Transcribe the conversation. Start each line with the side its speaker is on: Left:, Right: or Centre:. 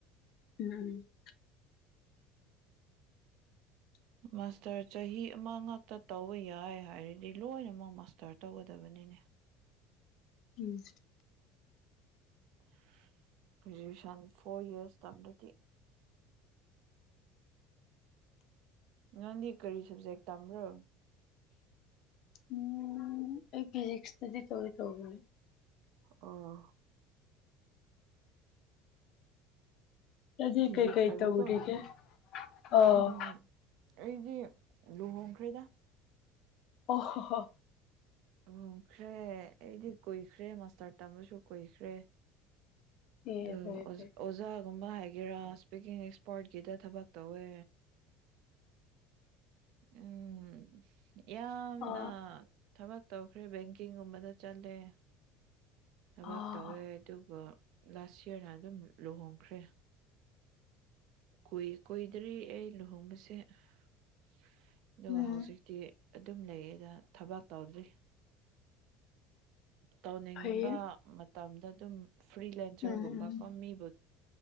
Left: ꯎꯝ ꯎꯝ <unintelligible>
Right: ꯃꯥꯁꯇꯔ ꯆꯍꯤ ꯑꯃ ꯉꯛꯇ ꯇꯧꯕ ꯌꯥꯏ ꯍꯥꯏꯔꯗꯤ ꯂꯣꯏꯅꯃꯛ ꯃꯥꯁꯇꯔ ꯇꯧꯒꯗꯕꯅꯤꯅꯦ
Left: ꯎꯝ
Right: <unintelligible> ꯒ꯭ꯔꯦꯖꯨꯑꯌꯦꯁꯟ ꯐꯣꯔ ꯏꯌꯔꯁ ꯇꯝꯔꯗꯤ ꯅꯪꯗꯤ ꯀꯔꯤ ꯁꯕꯖꯦꯛ ꯇꯝꯕ꯭ꯔꯣ
Left: ꯎꯝ ꯑꯩ ꯐꯤꯖꯤꯛꯁ ꯇꯗꯤ ꯇꯧꯒ‌ꯦ ꯇꯧꯕꯅꯤ
Right: ꯑꯣ
Left: ꯑꯗꯨꯗꯤ
Right: ꯐꯤꯖꯤꯛꯁ
Left: ꯀꯩꯀꯩ
Right: ꯍꯥꯏꯕ
Left: ꯇꯧꯔꯤꯒꯦ
Right: ꯀꯣ
Left: ꯑ ꯑꯣ
Right: ꯎꯝ ꯑꯩꯗꯤ ꯂꯨꯍꯣꯡꯈ꯭ꯔꯦꯗ
Left: ꯑꯣ ꯍꯣ ꯍꯣ
Right: ꯂꯨꯍ‌ꯣꯡꯈ꯭ꯔꯦ ꯑꯩꯗꯤ ꯀꯨꯏꯈ꯭ꯔꯦ ꯃꯥꯁꯇꯔ ꯇꯝꯕꯁꯨ ꯀꯨꯏꯈ꯭ꯔꯦ
Left: ꯑꯦ
Right: ꯗꯨ
Left: ꯐꯔꯦ
Right: ꯑꯣꯖꯥ
Left: ꯐꯔꯦ
Right: ꯑꯣꯖꯥ ꯒꯨꯝꯕ ꯍꯥꯏꯒꯦꯔꯥ ꯏꯁꯄꯤꯀꯤꯡ ꯑꯦꯛꯁꯄꯔꯥꯠꯀꯤꯗ ꯊꯕꯛ ꯇꯧꯋꯦ ꯎꯝ ꯌꯥꯝꯅ
Left: ꯑ
Right: ꯊꯕꯛ ꯇꯧꯈ꯭ꯔꯦ ꯕꯦꯡꯀꯤꯡꯒꯨꯝꯕꯗ ꯆꯠꯂꯦ ꯊꯕꯛ
Left: ꯑꯥ
Right: ꯇꯧꯋꯦ ꯑꯗꯨꯒ ꯂꯥꯁ ꯏꯌꯥꯔꯅ ꯑꯗꯨꯝ ꯂꯨꯍꯣꯡꯈ꯭ꯔꯦ ꯀꯨꯏ ꯀꯨꯏꯗ꯭ꯔꯤ ꯑꯩ ꯂꯨꯍꯣꯡꯕꯁꯦ ꯑꯗꯨꯒ
Left: ꯎꯝ
Right: ꯍꯧꯖꯤꯛꯇꯤ ꯑꯗꯨꯝ ꯂꯩꯌꯦꯗ ꯊꯕꯛ ꯇꯧꯗ꯭ꯔꯤ ꯇꯧꯅꯤꯡꯉꯤꯕ
Left: ꯐꯩꯌꯦ
Right: ꯃꯇꯝꯗ ꯑꯗꯨꯝ ꯐ꯭ꯔꯤꯂꯦꯟꯆꯔꯒꯨꯝꯕ
Left: ꯎꯝ ꯎꯝ
Right: ꯀꯣ ꯃꯤꯕꯨ